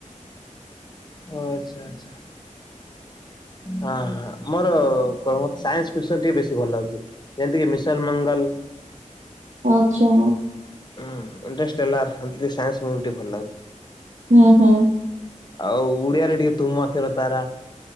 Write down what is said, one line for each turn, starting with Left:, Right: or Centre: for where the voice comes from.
Left: ଓ ଆଚ୍ଛା ଆଚ୍ଛା ହ ହଁ ମୋର କଣ ମ ସାଇନ୍ସୀ ପିକସନ ଟିକେ ବେଶୀ ଭଲ ଲାଗୁଚି ଯେମିତିକି ମିସାଇଲମଙ୍ଗଲ।
Right: ଆଚ୍ଛା।
Left: ହୁଁ <unintelligible> ହେଲା <unintelligible> ସାଇନ୍ସି ମୁଭି ଟିକେ ଭଲ ଲାଗେ।
Right: ହୁଁ ହୁଁ।
Left: ଆଉ ଉଡିଆରେ ଟିକେ ତୁମ ଆଖିର ତାରା।